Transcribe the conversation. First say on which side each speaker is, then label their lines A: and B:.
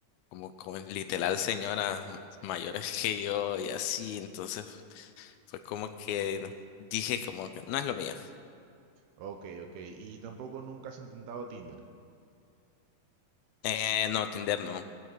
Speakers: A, on the left; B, on the right.
A: como con literal señoras mayores que yo y así, entonces. Fue como que dije como que no es lo mío.
B: Ok, ok. Y tampoco nunca has intentado Tinder.
A: Eh, no, Tinder no.